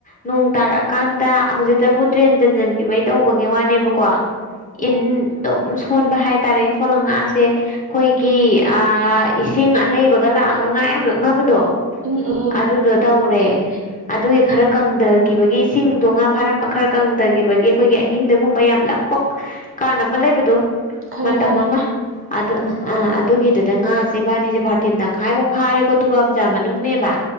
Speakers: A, on the left; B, on the right.
A: ꯅꯣꯡ ꯇꯥꯔꯛꯑꯀꯥꯟꯗ ꯍꯧꯖꯤꯛꯇꯕꯨ ꯗ꯭ꯔꯦꯟ ꯆꯟꯁꯤꯟꯈꯤꯕꯩ ꯇꯧꯕꯒꯤ ꯋꯥꯅꯦꯕꯀꯣ
B: ꯎꯝ
A: ꯏꯟ ꯑꯗꯨꯝ ꯁꯣꯟ ꯍꯥꯏꯇꯔꯦꯏꯟ ꯁꯣꯜꯂꯒ ꯥꯁꯦ ꯑꯩꯈꯣꯏꯒꯤ ꯑ ꯏꯁꯤꯡ ꯑꯅꯩꯕ ꯂꯛꯑꯒꯉꯥ ꯌꯥꯝ ꯂꯛꯅꯕꯗꯣ
B: ꯎꯝ ꯎꯝ ꯎꯝ
A: ꯑꯗꯨꯗꯣ ꯇꯧꯔꯦ ꯑꯗꯨꯒꯤ ꯈꯔ ꯀꯪꯊꯈꯤꯕꯒꯤ ꯏꯁꯤꯡꯗꯣ ꯉꯥ ꯐꯥꯔꯝ ꯈꯔ ꯀꯪꯊꯈꯤꯕꯒꯤ ꯑꯩꯈꯣꯏꯒꯤ ꯑꯍꯤꯡꯗꯒꯨꯝꯕ ꯌꯥꯝ ꯂꯛꯄ ꯀꯥꯟ ꯑꯃ ꯂꯩꯕꯗꯣ
B: ꯈꯪꯉꯤ
A: ꯃꯇꯝ
B: ꯈꯪꯉꯤ
A: ꯑꯃ ꯑꯗꯨ
B: ꯎꯝ
A: ꯑꯥ ꯑꯗꯨꯒꯤ ꯑꯗꯨꯗ ꯉꯥꯁꯦ ꯏꯕꯅꯤꯁꯦ ꯕꯔꯇꯤꯟ ꯇꯪꯈꯥꯏꯃꯨꯛꯀ ꯐꯥꯔꯦꯀꯣ ꯗꯨꯒꯥ ꯄꯨꯖꯥ ꯃꯅꯨꯡꯅꯦꯕ